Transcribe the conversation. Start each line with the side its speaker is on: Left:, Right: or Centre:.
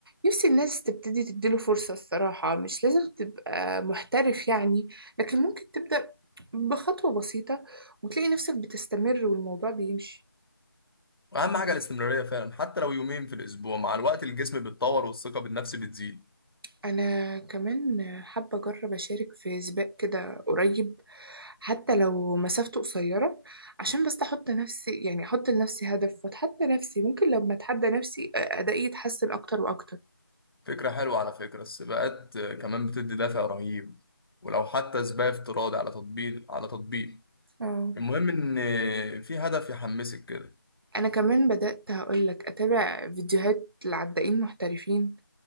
Right: نفسي الناس تبتدي تديله فرصة الصراحة مش لازم تبقى محترف يعني لكن ممكن تبدأ بخطوة بسيطة وتلاقي نفسك بتستمر والموضوع بيمشي
Left: واهم حاجه الاستمراريه فعلا حتى لو يومين في الاسبوع مع الوقت الجسم بيتطور والثقه بالنفس بتزيد
Right: أنا كمان حابة أجرب أشارك في سباق كده قريب حتى لو مسافته قصيرة عشان بس أحط نفسي يعني أحط لنفسي هدف وأتحدى نفسي ممكن لما أتحدى نفسي أدائي يتحسن أكتر وأكتر
Left: فكره حلوه على فكره السباقات آه، كمان بتدي دافع رهيب ولو حتى سباق افتراضي على تطبيق على تطبيق
Right: اه
Left: المهم ان آه، في هدف يحمسك كده
Right: أنا كمان بدأت هقولك أتابع فيديوهات لعدائين محترفين